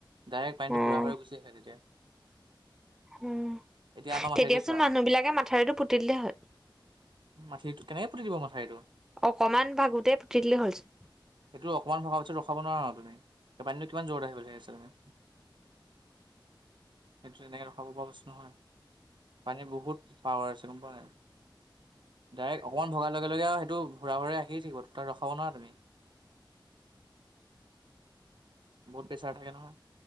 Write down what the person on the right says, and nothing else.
ডাইৰেক্ট পানীটো
সুৰা হুৰে হৈ গুছি আহে তিতিয়া।
এতিয়া আমাৰ মাথাউৰিটো
চোৱা
মাঠিটো কেনেকে পুতি দিব মাথাঠৰিটো
সেইটো অকণমান ভৰাৰ পিছত ৰখাব নোৱাৰা আৰু তুমি স পানীটো কিমান' যোৰত আহিব বুলি ভাবিছা তুমি। সেইটো তেনেকে ৰখাব পৰা বস্তু নহয় পানী বহুত পাৱাৰ আছে গ'ম পোৱা নাই। ডাইৰেক্ট অকণ ভাৰ লগে, লগে আৰু সেইটো ঘূৰা হুৰে আহি থাকিব তাত ৰখাব নোবাৰা তুমি। বহুত পেছাৰ থাকে নহয়।